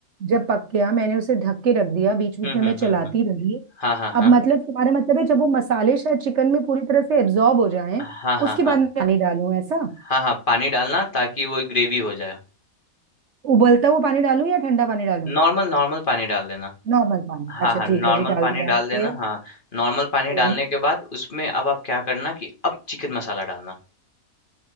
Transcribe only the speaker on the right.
जब पक गया मैंने उसे ढक के रख दिया बीच बीच
में
मैं चलाती
रही
अब
मतलब तुम्हारा मतलब है जब वो मसाले शायद चिकन में पूरी तरह से एब्जॉर्ब हो जाएं
उसके
बाद मैं पानी डालूं ऐसा
उबलता हुआ पानी डालूं या ठंडा पानी डालूं
नॉर्मल पानी
अच्छा
ठीक
है जी डाल
दिया
फिर
हम्म